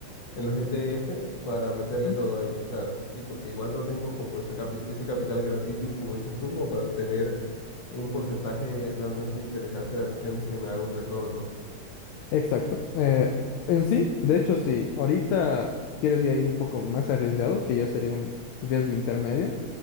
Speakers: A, on the left; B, on the left.
A: En los ETF para meterle
B: Ujú.
A: todo ahí, claro. Sí, porque igual no tengo como esa capi- ese capital grandísimo, como dices tú, como para obtener un porcentaje realmente interesante de acciones que me haga un retorno.
B: Exacto. Eh, en sí, de hecho, si ahorita quieres ya ir un poco más arriesgado, que ya sería un riesgo intermedio,